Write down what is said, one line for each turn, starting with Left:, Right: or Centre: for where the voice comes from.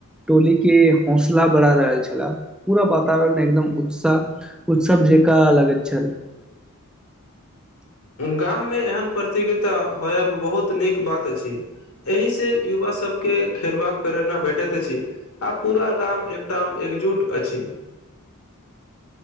Centre: टोली के हौसला बढ़ा रहल छला पूरा वातावरण एकदम उत्साह उत्सव जेका लगैत छल <inaudible>
Left: गाम मे एहन प्रतिगिता होएब बहुत नीक बात अछि एहि से युवा सबके खेलबाक प्रेरणा भेटैत अछि आ पूरा गाम एकटाम एकजुट अछि